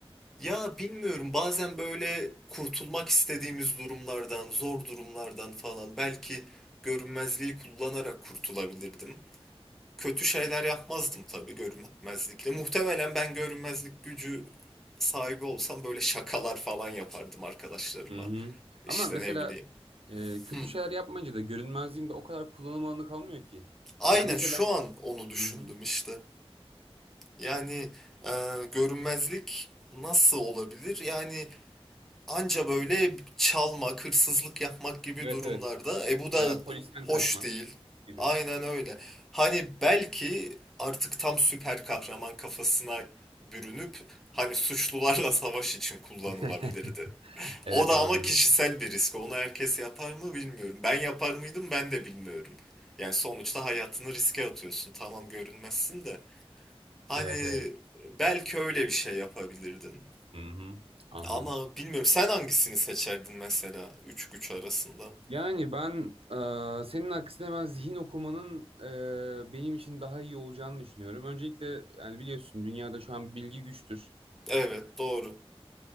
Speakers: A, in the centre; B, on the right.
A: Ya bilmiyorum bazen böyle kurtulmak istediğimiz durumlardan, zor durumlardan falan belki görünmezliği kullanarak kurtulabilirdim. Kötü şeyler yapmazdım tabii görünmezlikle. Muhtemelen ben görünmezlik gücü sahibi olsam böyle şakalar falan yapardım arkadaşlarıma.
B: Hı hı.
A: İşte
B: Ama mesela
A: ne bileyim.
B: e, kötü
A: Hı.
B: şeyler yapmayınca da görünmezliğin de o kadar kullanım alanı kalmıyor ki.
A: Aynen
B: Yani mesela
A: şu an onu düşündüm
B: hı hı.
A: işte. Yani e, görünmezlik nasıl olabilir? Yani Anca böyle çalmak, hırsızlık yapmak gibi
B: Evet
A: durumlarda.
B: evet.
A: E bu da
B: Veya polisten
A: hoş
B: kaçmak
A: değil.
B: gibi.
A: Aynen öyle. Hani belki artık tam süper kahraman kafasına bürünüp hani suçlularla savaş için kullanılabilirdi.
B: <laughs> Evet
A: O da
B: olabilir.
A: ama kişisel bir risk. Onu herkes yapar mı bilmiyorum. Ben yapar mıydım ben de bilmiyorum. Yani sonuçta hayatını riske atıyorsun. Tamam görünmezsin de. Hani
B: Evet evet.
A: belki öyle bir şey yapabilirdin.
B: Hı hı. Anladım.
A: Ama bilmiyorum sen hangisini seçerdin mesela üç güç arasında?
B: Yani ben e, senin aksine ben zihin okumanın e, benim için daha iyi olacağını düşünüyorum. Öncelikle yani biliyorsun dünyada şu an bilgi güçtür.
A: Evet doğru.